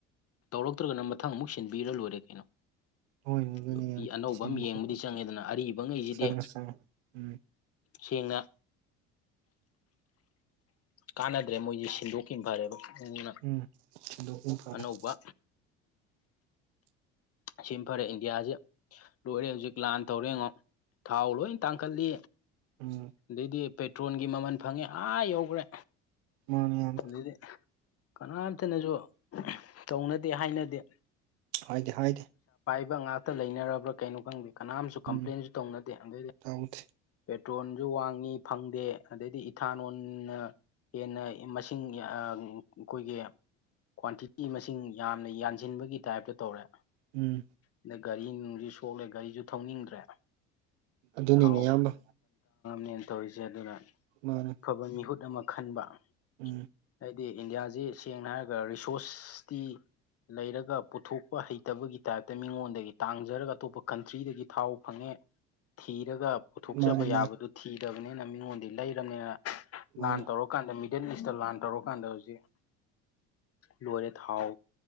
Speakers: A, on the left; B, on the right.
A: ꯇꯧꯔꯛꯇ꯭ꯔꯒꯅ ꯃꯊꯪ ꯑꯃꯨꯛ ꯁꯤꯟꯕꯤꯔ ꯂꯣꯏꯔꯦ ꯀꯩꯅꯣ
B: ꯍꯣꯏꯅꯦ ꯑꯗꯨꯅꯤ
A: ꯑꯣ
B: ꯌꯥꯝ
A: ꯏ ꯑꯅꯧꯕ
B: ꯁꯦꯝꯕ
A: ꯑꯃ ꯌꯦꯡꯕꯗꯤ
B: ꯈꯣꯠꯄ
A: ꯆꯪꯉꯦ ꯑꯗꯨꯅ ꯑꯔꯤꯕꯉꯩꯁꯤꯗꯤ
B: ꯆꯪꯉꯦ ꯆꯪꯉꯦ ꯎꯝ
A: ꯁꯦꯡꯅ ꯀꯥꯟꯅꯗ꯭ꯔꯦ ꯃꯣꯏꯁꯦ ꯍꯤꯟꯗꯣꯛꯈꯤꯕ ꯐꯔꯦꯕꯅ
B: ꯎꯝ ꯁꯤꯟꯗꯣꯛꯄꯅ
A: ꯑꯅꯧꯕ
B: ꯐꯔꯦ
A: ꯁꯤꯃ ꯐꯔꯦ ꯏꯟꯗꯤꯌꯥꯁꯦ ꯂꯣꯏꯔꯦ ꯍꯧꯖꯤꯛ ꯂꯥꯟ ꯇꯧꯔꯦ ꯌꯦꯉꯣ ꯊꯥꯎ ꯂꯣꯏ ꯇꯥꯡꯈꯠꯂꯤ
B: ꯎꯝ
A: ꯑꯗꯩꯗꯤ ꯄꯦꯇ꯭ꯔꯣꯜꯒꯤ ꯃꯃꯜ ꯐꯪꯉꯦ ꯑꯥ ꯌꯧꯈ꯭ꯔꯦ
B: ꯃꯥꯅꯦ ꯏꯌꯥꯝꯕ
A: ꯑꯗꯨꯗꯤ ꯀꯅꯥꯇ ꯅꯁꯨꯣ ꯇꯧꯅꯗꯦ ꯍꯥꯏꯅꯗꯦ
B: ꯍꯥꯏꯗ ꯍꯥꯏꯗ
A: ꯏ ꯉꯥꯛꯇ ꯂꯩꯅꯔꯕ꯭ꯔ ꯀꯩꯅꯣ ꯈꯪꯗꯕ ꯀꯅꯥꯝꯁꯨ ꯀꯝꯄ꯭ꯂꯦꯟꯁꯨ
B: ꯎꯝ
A: ꯇꯧꯅꯗꯦ ꯑꯗꯨꯩꯗꯤ
B: ꯇꯧꯗꯦ
A: ꯄꯦꯇ꯭ꯔꯣꯜꯁꯨ ꯋꯥꯡꯉꯤ ꯐꯪꯗꯦ ꯑꯗꯩꯗꯤ ꯏꯊꯥꯂꯣꯟꯣꯟ ꯍꯦꯟꯅ ꯃꯁꯤꯡ ꯑꯩꯈꯣꯏꯒꯤ ꯀ꯭ꯋꯥꯟꯇꯤꯇꯤ ꯃꯁꯤꯡ ꯌꯥꯝꯅ ꯌꯥꯟꯁꯤꯟꯕꯒꯤ ꯇꯥꯏꯞꯇ ꯇꯧꯔꯦ
B: ꯎꯝ
A: ꯑꯗꯨꯒ ꯒꯥ ꯅꯨꯡ ꯁꯣꯛꯂꯦ ꯒꯥꯔꯤꯁꯨ ꯊꯧꯅꯤꯡꯗ꯭ꯔꯦ
B: ꯑꯗꯨꯅꯤꯅꯦ
A: ꯊꯥꯎ
B: ꯏꯌꯥꯝꯕ
A: ꯅꯦꯅ ꯇꯧꯔꯤꯁꯦ ꯑꯗꯨꯅ
B: ꯃꯥꯅꯦ
A: ꯑꯐꯕ ꯃꯤꯍꯨꯠ ꯑꯃ ꯈꯟꯕ
B: ꯎꯝ
A: ꯍꯥꯏꯗꯤ ꯏꯟꯗꯤꯌꯥꯁꯤ ꯁꯦꯡꯅ ꯍꯥꯏꯔꯒ ꯔꯤꯁꯣꯔꯁ ꯁꯁꯤ ꯂꯩꯔꯒ ꯄꯨꯊꯣꯛꯄ ꯍꯩꯇꯕꯒꯤ ꯇꯥꯏꯞꯇ ꯃꯤꯉꯣꯟꯗꯒꯤ ꯇꯥꯡꯖꯔꯒ ꯑꯇꯣꯞꯄ ꯀꯟꯇ꯭ꯔꯤꯗꯒꯤ ꯊꯥꯎ ꯐꯪꯉꯦ ꯊꯤꯔꯒ ꯄꯨꯊꯣꯛꯆꯕ
B: ꯃꯥꯅꯦ
A: ꯌꯥꯕꯗꯨ
B: ꯃꯥꯅꯦ
A: ꯊꯤꯗꯕꯅꯤꯅ ꯃꯤꯉꯣꯟꯗꯤ ꯂꯩꯔꯕꯅꯤꯅ
B: ꯃꯥꯅꯦ
A: ꯂꯥꯟ ꯇꯧꯔꯀꯥꯟꯗ ꯃꯤꯗꯜ ꯏꯁꯇ ꯂꯥꯟ ꯇꯧꯔꯀꯥꯟꯗ ꯍꯧꯖꯤꯛ ꯂꯣꯏꯔꯦ ꯊꯥꯎ